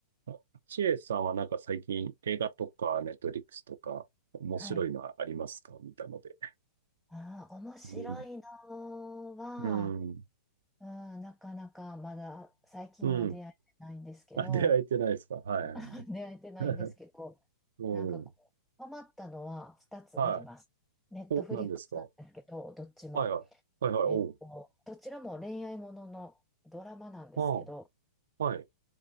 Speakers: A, on the right; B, in the centre.
A: あちえさんはなんか最近映画とかネットリックスとか面白いのはありますか見たので。
B: はい。ああ、面白いのは、
A: うん。うん。
B: うん、なかなかまだ最近は出会えてないんですけど、
A: うん。あ、出会えてないですかはいはい。
B: <laughs> 出会えてないんですけど、
A: <laughs> うん。
B: なんかこう、ハマったのは2つあります。
A: は
B: ネットフリックスなんですけど、
A: い。お、何ですかは
B: どっちも。
A: いはい。はいはい。
B: えっと、
A: おう。
B: どちらも恋愛もののドラマなんですけど、
A: ああはい。